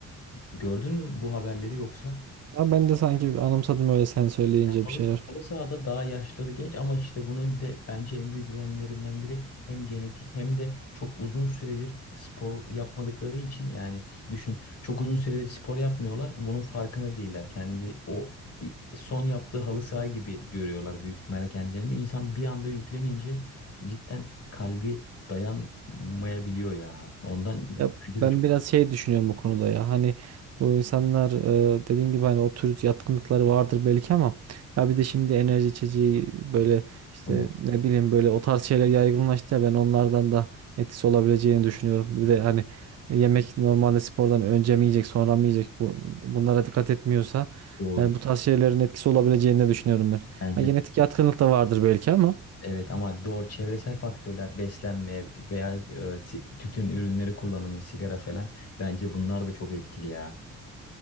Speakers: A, on the left; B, on the right.
A: Gördün mü bu haberleri yoksa?
B: Ama ben de sanki anımsadım öyle sen söyleyince
A: Ya Halı,
B: bir şeyler.
A: halı sahada daha yaşları genç ama işte bunun de bence en büyük nedenlerinden biri hem genetik hem de çok uzun süredir spor yapmadıkları için yani düşün çok uzun süredir spor yapmıyorlar bunun farkına değiller kendi o i- son yaptığı halı saha gibi görüyorlar büyük ihtimalle kendilerini insan bir anda yüklenince cidden kalbi dayanmayabiliyor ya ondan
B: Ya
A: bence de
B: ben
A: çok
B: biraz şey düşünüyorum bu konuda ya. Hani bu insanlar e, dediğin gibi hani o tür yatkınlıkları vardır belki ama ya bir de şimdi enerji içeceği böyle işte
A: doğru,
B: ne bileyim böyle o tarz şeyler yaygınlaştı ya ben onlardan da etkisi olabileceğini düşünüyorum. Bir de hani yemek normalde spordan önce mi yiyecek sonra mı yiyecek bu bunlara dikkat etmiyorsa
A: doğru.
B: yani bu tarz şeylerin etkisi olabileceğini de düşünüyorum ben.
A: bence
B: Ha, genetik
A: de
B: yatkınlık da vardır belki ama
A: Evet ama doğru çevresel faktörler beslenme veya e, si- tütün ürünleri kullanımı sigara falan bence bunlar da çok etkili ya.